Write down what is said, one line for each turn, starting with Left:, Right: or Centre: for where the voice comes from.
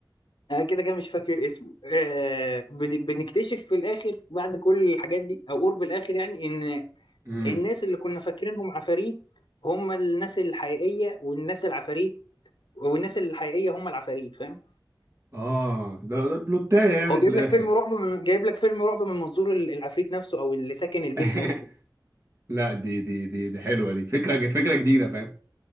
Left: انا كده كده مش فاكر اسمه آه بن- بنكتشف في الاخر بعد كل الحاجات دي او قرب الاخر يعني ان
Right: امم
Left: الناس اللي كنا فاكرينهم عفاريت هم الناس الحقيقيه والناس العفاريت والناس الحقيقيه هم العفاريت فاهم
Right: اه ده ده بلوتاية يعني
Left: هو جايب
Right: في الاخر
Left: لك فيلم رعب من جايب لك فيلم رعب من منظور ال- العفريت نفسه او اللي ساكن البيت
Right: <laughs>
Left: نفسه
Right: لا دي دي دي دي حلوة دي فكرة فكرة جديدة فاهم